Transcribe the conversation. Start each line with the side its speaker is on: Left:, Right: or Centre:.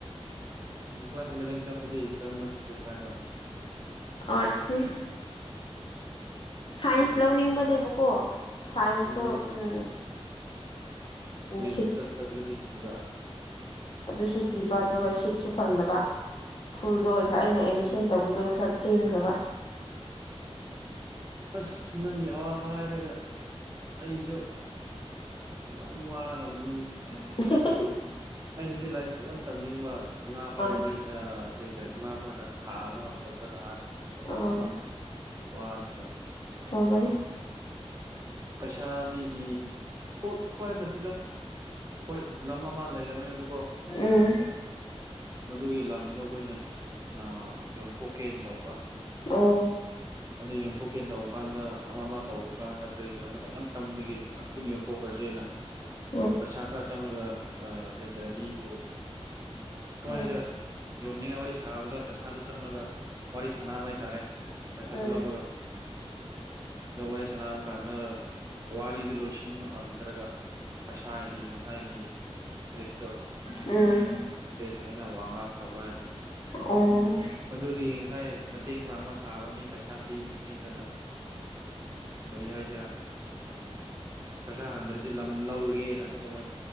Right: ꯎꯝ ꯒ꯭ꯂꯥꯁ ꯏꯂꯚꯦꯟ ꯇꯨꯋꯦꯜꯞꯇꯗꯤ ꯀꯔꯝꯕ ꯁꯕꯖꯦꯛ ꯄꯥꯏꯕ꯭ꯔꯥ
Left: ꯑꯥꯔꯠꯁꯅꯦ
Right: ꯑꯣꯀꯦ
Left: ꯁꯥꯏꯟꯁ ꯂꯧꯅꯤꯡꯕꯅꯦꯕꯀꯣ ꯁꯥꯏꯟꯁꯇꯣ
Right: ꯑꯥ
Left: ꯎꯝ
Right: ꯃꯦꯠꯁꯇꯇ
Left: ꯁꯤꯠ
Right: ꯇꯠꯂꯗꯤ ꯀꯤꯕ
Left: ꯑꯗꯨꯁꯨ ꯀꯤꯕ ꯑꯗꯨꯒ ꯁꯤꯠꯁꯨ ꯐꯪꯗꯕ ꯐꯨꯜꯗ ꯑꯣꯏꯈ꯭ꯔꯥ ꯑꯩꯅ ꯑꯦꯃꯤꯁꯟ
Right: ꯎꯝ
Left: ꯇꯧꯕꯗꯣ ꯈꯔ ꯊꯦꯡꯒ꯭ꯔꯕ
Right: ꯑꯁ ꯅꯪꯒꯤ ꯑꯋꯥ ꯕ ꯍꯥꯏꯔꯒ ꯑꯩꯖꯨ ꯑꯁ ꯌꯥꯝ ꯋꯥꯔꯕꯅꯤꯅꯦ
Left: <inaudible>
Right: ꯑꯩꯅꯗꯤ ꯂꯥꯏꯔꯤꯛꯇꯤ ꯌꯥꯝ ꯇꯝꯅꯤꯡꯕ ꯏꯃꯥꯍꯣꯏꯅꯗꯤ
Left: ꯑꯥ
Right: <unintelligible> ꯏꯃꯥꯍꯣꯏꯅ ꯊꯥꯕ ꯉꯝꯗꯕꯗ ꯅꯍꯥꯟ ꯃꯇꯝ
Left: ꯑꯥ
Right: ꯑꯃ ꯋꯥꯈꯤꯕ
Left: ꯇꯧꯕꯅꯦ
Right: ꯄꯩꯁꯥ ꯃꯤꯒꯤ ꯁꯣꯠꯄ ꯅꯠꯇꯦꯗ ꯑꯈꯣꯏ ꯂꯝ ꯑꯃ ꯂꯩꯔꯝꯃꯦꯕꯀꯣ
Left: ꯎꯝ
Right: ꯃꯗꯨꯒꯤ ꯂꯝꯗꯣ ꯈꯣꯏꯅ ꯑ ꯌꯣꯟꯊꯣꯛꯀꯦꯅ ꯇꯧꯕ
Left: ꯑꯣ
Right: ꯑꯗꯨ ꯌꯣꯟꯊꯣꯛꯀꯦꯅ ꯇꯧꯕ ꯀꯥꯟꯗ ꯑꯃ ꯑꯃ ꯇꯧꯕ ꯀꯥꯟꯗ ꯀꯔꯤ ꯀ꯭ꯔꯤꯔꯣ ꯃꯇꯝ ꯌꯥꯝ ꯆꯪꯕꯒꯤ ꯑꯁ ꯊꯨꯅ ꯌꯣꯟꯊꯣꯛꯈ꯭ꯔꯁꯦꯅ
Left: <inaudible>
Right: ꯄꯩꯁꯥ ꯈꯔ ꯆꯪꯔꯒ ꯀꯔꯤ <unintelligible> ꯃꯤꯕꯨ ꯀꯃꯥꯏꯅ
Left: ꯎꯝ
Right: ꯍꯥꯏꯁꯤꯔꯥ ꯌꯣꯟꯅꯤꯡꯉꯥꯏ ꯋꯥꯔꯤ ꯁꯥꯕꯗ ꯄꯩꯁꯥꯗꯨ ꯆꯪꯉꯒ ꯋꯥꯔꯤ ꯁꯥꯟꯅꯕ ꯍꯥꯏꯇꯥꯔꯦ ꯄꯩꯁꯥꯗꯨ
Left: ꯎꯝ
Right: ꯂꯧꯔꯒ ꯗ ꯋꯥꯔꯤ ꯁꯥꯟꯅꯕ ꯀꯥꯟꯗ ꯋꯥꯔꯤꯗꯨ ꯂꯣꯏꯁꯤꯟꯕ ꯉꯝ ꯗ꯭ꯔꯥꯒ ꯄꯩꯁꯥꯒꯤ ꯉꯁꯥꯏꯒꯤ ꯏꯟꯇꯔꯦꯁꯇꯣ
Left: ꯎꯝ
Right: ꯏꯟꯇꯔꯦꯁꯇꯣ ꯍꯦꯟꯅ ꯋꯥ ꯉꯥꯡꯈ꯭ꯔꯥꯕ
Left: ꯑꯣ
Right: ꯑꯗꯨꯗꯤ ꯉꯁꯥꯏ ꯃꯇꯦꯡ ꯄꯥꯡꯕ ꯁꯥꯕ ꯃꯤ ꯄꯩꯁꯥ ꯄꯤꯕ ꯅꯨꯄꯤꯗꯨꯅ ꯀꯩ ꯍꯥꯏꯁꯤꯔꯥ ꯎꯝ ꯄꯩꯁꯥ ꯍꯟꯗ꯭ꯔꯗꯤ ꯂꯝ ꯂꯧꯔꯒꯦꯅ ꯑꯃꯨꯛꯀ ꯃꯣꯏ